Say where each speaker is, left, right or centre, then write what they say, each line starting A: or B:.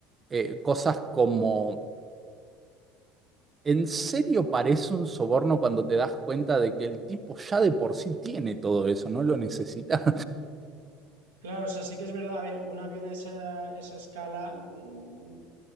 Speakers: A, on the right; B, on the right.
A: eh, cosas como, ¿en serio parece un soborno cuando te das cuenta de que el tipo ya de por sí tiene todo eso, no lo necesita?
B: Claro, o sea, sí que es verdad. A ver, un avión a esa, esa escala. mm,